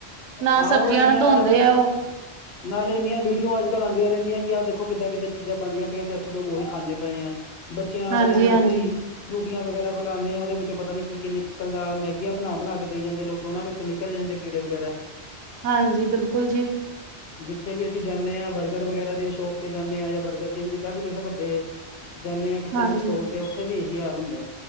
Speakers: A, on the right; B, on the left.
A: ਨਾ
B: ਆਹੋ
A: ਸਬਜ਼ੀਆਂ
B: ਇੰਨੀਆਂ,
A: ਨੂੰ ਧੋਂਦੇ ਆ ਉਹ
B: ਨਾਲ ਇੰਨੀਆਂ ਵੀਡੀਓ ਅੱਜ ਕੱਲ ਆਂਦੀਆਂ ਰਹਿੰਦੀਆਂ ਕਿ ਆ ਦੇਖੋ ਕਿਦਾਂ ਚੀਜ਼ਾਂ ਬਣਦੀਆਂ ਪਈਆਂ ਤੇ ਅਸੀਂ ਲੋਕ ਉਹੀ ਖਾਂਦੇ ਪਏ ਹਾਂ ਬੱਚਿਆਂ ਆਪਣਿਆਂ
A: ਹਾਂਜੀ
B: ਨੂੰ
A: ਹਾਂਜੀ
B: ਕੀ ਫਰੂਟੀਆਂ ਵਗੈਰਾ ਪਿਲਾਨਾ ਆ ਉਹਦੇ ਵਿੱਚੋਂ ਪਤਾ ਨੀ ਕੀ ਕੀ ਨਿਕਲਦਾ ਮੈਗੀਆਂ ਬਣਾ ਬਣਾ ਕੇ ਦਈ ਜਾਂਦੇ ਲੋਕ ਉਹਨਾਂ ਵਿੱਚੋਂ ਨਿਕਲ ਜਾਂਦੇ ਕੀੜੇ ਵਗੈਰਾ।
A: ਹਾਂਜੀ ਬਿਲਕੁਲ ਜੀ।
B: ਜਿੱਥੇ ਵੀ ਅਸੀਂ ਜਾਣੇ ਆ ਬਰਗਰ ਵਗੈਰਾ ਦੀ ਸ਼ੋਪ ਤੇ ਜਾਣੇ ਆ ਜਾਂ ਬਰਗਰ ਜਿੱਦਾਂ ਵੀ ਕਿਸੇ ਵੱਡੇ ਜਾਣੇ ਆ ਕਿਸੇ
A: ਹਾਂਜੀ
B: ਵੀ ਸਟੋਲ ਤੇ ਉੱਥੇ ਵੀ ਇਹੀ ਹਾਲ ਹੁੰਦਾ।